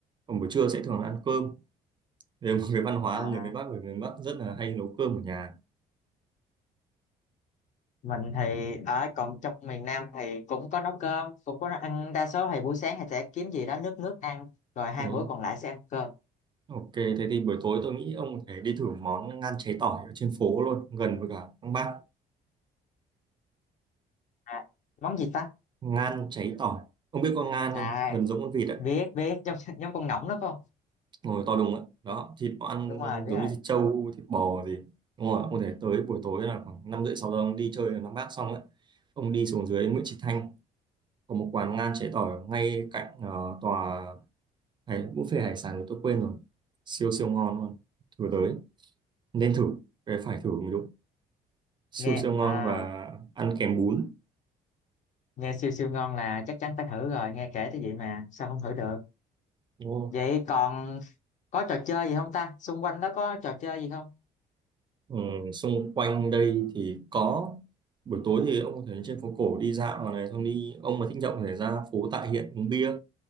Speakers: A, on the right; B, on the left.
A: còn buổi trưa sẽ thường là ăn cơm đấy là một cái văn hóa
B: à
A: của người miền Bắc người miền Bắc rất là hay nấu cơm ở nhà
B: mình thì ở còn trong miền Nam thì cũng có nấu cơm cũng có ăn đa số thì buổi sáng thì sẽ kiếm gì đó nước nước ăn rồi hai
A: ừ.
B: bữa còn lại sẽ ăn cơm
A: Ok thế thì buổi tối tôi nghĩ ông có thể đi thử món ngan cháy tỏi ở trên phố luôn gần với cả Lăng Bác
B: à, món gì ta
A: ngan cháy tỏi ông biết con ngan
B: à
A: không gần giống con vịt á
B: biết biết giống <laughs> giống con ngỗng đó phải không
A: ngồi to đùng á đó thịt nó ăn
B: đúng rồi biết
A: giống
B: rồi
A: như thịt trâu thịt bò gì đúng rồi ông thể tới buổi tối là khoảng năm rưỡi sáu giờ ông đi chơi ở Nam Bác xong ấy ông đi xuống dưới Nguyễn Trí Thanh có một quán ngan cháy tỏi ngay cạnh ờ, tòa hải buffet hải sản thì tôi quên rồi siêu siêu ngon luôn thử tới nên thử cái phải thử mới đúng siêu
B: nghe
A: siêu ngon
B: à
A: và ăn kèm bún
B: nghe siêu siêu ngon là chắc chắn phải thử rồi nghe kể tới vậy mà sao không thử được
A: đúng không?
B: vậy còn có trò chơi gì không ta xung quanh đó có trò chơi gì không
A: ừ, xung quanh đây thì có buổi tối thì ông có thể lên trên phố cổ đi dạo ở này xong đi ông mà thích nhậu có thể ra phố Tạ Hiện uống bia